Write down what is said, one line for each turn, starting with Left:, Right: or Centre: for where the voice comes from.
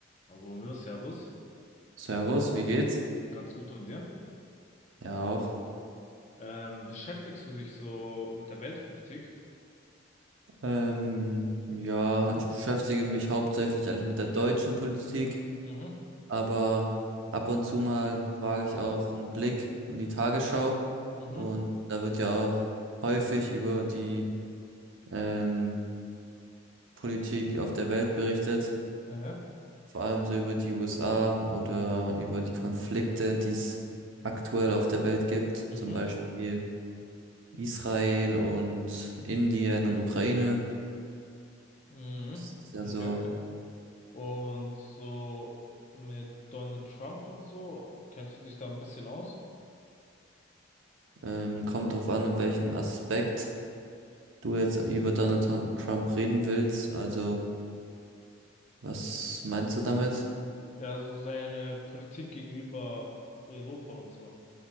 Left: Hallo, Mir, Servus.
Right: Servus, wie geht's?
Left: Ganz gut und dir?
Right: Ja, auch.
Left: Ähm, beschäftigst du dich so mit der Weltpolitik?
Right: Ähm, ja, ich beschäftige mich hauptsächlich eigentlich mit der deutschen Politik,
Left: Mhm,
Right: aber ab und zu mal wage ich auch einen Blick in die Tagesschau
Left: mhm,
Right: und da wird ja auch häufig über die ähm, Politik auf der Welt berichtet,
Left: aha,
Right: vor allem so über die USA oder über die Konflikte, die es aktuell auf der Welt gibt,
Left: mhm,
Right: zum Beispiel Israel und Indien und Ukraine.
Left: mhm,
Right: Das ist ja
Left: okay,
Right: so,
Left: okay. Und so mit Donald Trump und so, kennst du dich da ein bisschen aus?
Right: ähm, kommt drauf an, in welchem Aspekt du jetzt über Donald Tom- Trump reden willst. Also, was meinst du damit?
Left: Ja, so seine Politik gegenüber Europa und so.